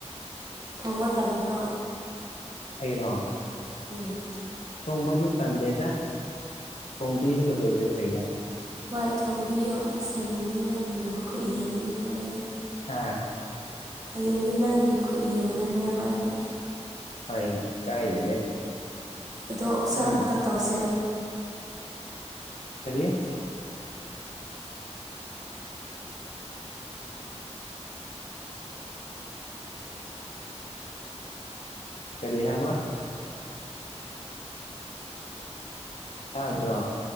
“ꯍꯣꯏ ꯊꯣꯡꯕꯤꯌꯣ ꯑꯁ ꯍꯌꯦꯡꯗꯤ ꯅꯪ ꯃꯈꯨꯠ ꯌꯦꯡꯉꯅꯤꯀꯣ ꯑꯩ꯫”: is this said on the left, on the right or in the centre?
Right